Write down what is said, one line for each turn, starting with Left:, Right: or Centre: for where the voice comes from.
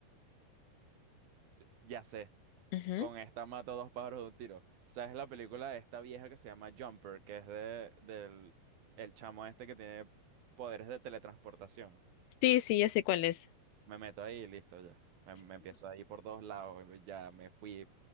Right: ya sé,
Left: Ujú.
Right: con esta mato dos pájaros de un tiro. ¿Sabes la película de esta vieja que se llama Jumper? Que es de, del el chamo este que tiene poderes de teletransportación.
Left: Sí, sí, ya sé cuál es.
Right: Me meto ahí y listo ya. Me, me empiezo ahí por todos lados. eh, Ya me fui.